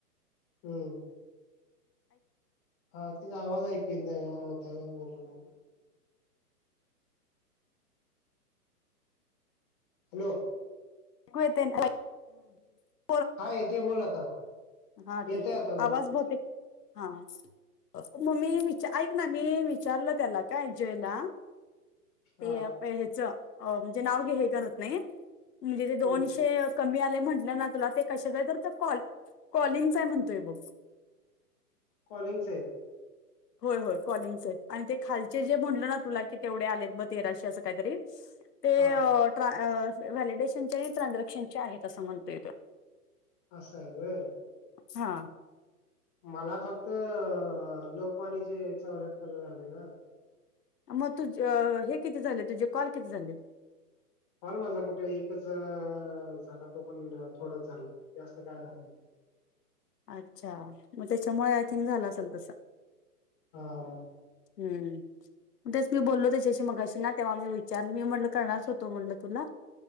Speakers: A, on the left (about 35°); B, on the left (about 80°).
A: हम् हा तिचा आवाज ऐकू नाही का नता का बोलून बोलून हॅलो.
B: <unintelligible>
A: हा येथे बोल आता.
B: हा
A: येतय
B: ठीक
A: आता
B: आहे
A: बोल
B: आवाज बहुतेक हा घ. अ म ममी विचार ऐक ना, मी विचारलं त्याला काय जयला.
A: हा
B: ते पेह्याचं म्हणजे नाव घे हे करत नाही म्हणजे ते दोनशे
A: हम्म
B: कमी आलयं म्हटलं ना, कॉल ते कशाचा आहे तर कॉल कॉलिंगच आहे म्हणतोय बघ
A: कॉलिंगचे आहेत.
B: होय होय कॉलिंगचे आहेत आणि ते खालचे जे म्हणलं ना, तुला की तेवढे आलेत ब तेराशे असं काहीतरी ते
A: हा
B: अ ट्राय अ. व्हॅलिडेशनचे आणि ट्रांजेक्शनचे आहेत असं म्हणतोय तो
A: असाय होय.
B: हा
A: मला फक्त लोकवाणीचे चौऱ्याहत्तर झाले ना
B: मग तुझ हे किती झाले, तुझे कॉल किती झाले?
A: कॉल माझा कुठे एकच झाला. तो पण थोडंच झालंय जास्त काय झालं. <inaudible>
B: अच्छा, मग त्याच्यामुळे आय थिंक झालं असेल तस
A: हा.
B: हम्म. तेच मी बोललो त्याच्याशी मगाशी ना, तेव्हा मी विचारलं मी म्हणलं करणारच होतो म्हणलं तुला.